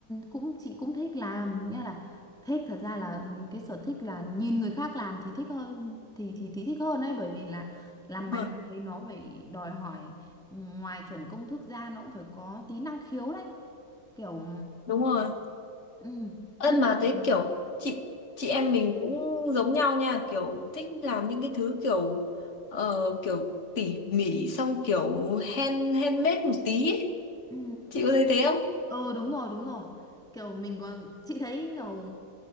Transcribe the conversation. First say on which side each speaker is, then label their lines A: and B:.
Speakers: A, in the centre; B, on the left (about 40°).
A: cũng chị cũng thích làm, nghĩa là thích thật ra là cái sở thích là nhìn người khác làm thì thích hơn thì thì thì thích hơn ấy bởi vì là làm
B: đúng
A: bánh
B: rồi
A: thấy nó phải đòi hỏi ừ, ngoài chuẩn công thức ra nó cũng phải có tí năng khiếu đấy. Kiểu
B: đúng rồi
A: ừ,
B: ân
A: nhưng
B: mà
A: mà-
B: thấy kiểu chị chị em mình cũng giống nhau nha kiểu thích làm những cái thứ kiểu ờ, kiểu tỉ mỉ xong kiểu hand handmade một tí ấy.
A: ừ.
B: chị có thấy thế không
A: Ờ đúng rồi đúng rồi kiểu mình còn chị thấy kiểu